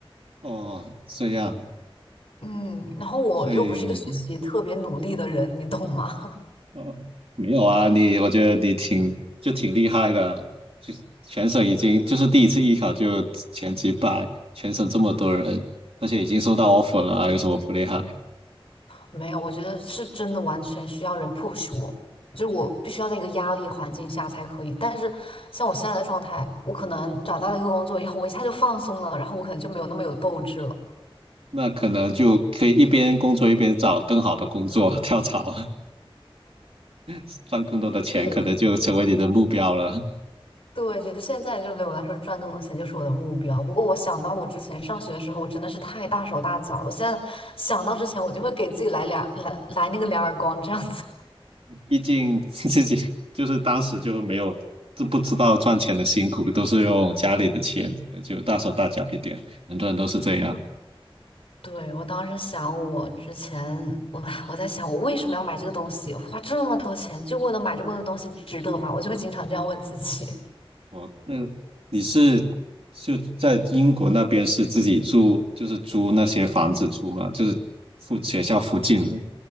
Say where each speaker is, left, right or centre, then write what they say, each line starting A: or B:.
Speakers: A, on the right; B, on the left.
A: <laughs> 哦，这样，
B: 嗯，然后我又不是一个学习特别努力的人，
A: 所以
B: 你懂吗？
A: 呃，没有啊，你我觉得你挺就挺厉害的，就全省已经就是第一次艺考就前几百，全省这么多人，而且已经收到 offer 了啊，有什么不厉害？
B: 没有，我觉得是真的完全需要人 push 我，就是我必须要在一个压力环境下才可以。但是像我现在的状态，我可能找到了一个工作以后，我一下就放松了，然后我可能就没有那么有斗志了。
A: 那可能就可以一边工作一边找更好的工作，<laughs> 跳槽，<laughs> 赚更多的钱，
B: 这个是
A: 可能就成为你的目标了。
B: 对，就是现在就对我来说赚更多钱就是我的目标。不过我想到我之前上学的时候，我真的是太大手大脚了。我现在想到之前，我就会给自己来两来来那个两耳光这样子。
A: 毕竟 <laughs> 自己就是当时就没有，就不知道赚钱的辛苦，都是用家里的钱，可能就大手大脚一点。很多人都是这样。
B: 对，我当时想，我之前我我在想，我为什么要买这个东西？花这么多钱，就为了买这么个东西，值得吗？我就会经常这样问自己。
A: 我，那你是就在英国那边是自己住，就是租那些房子住吗？就是附学校附近的，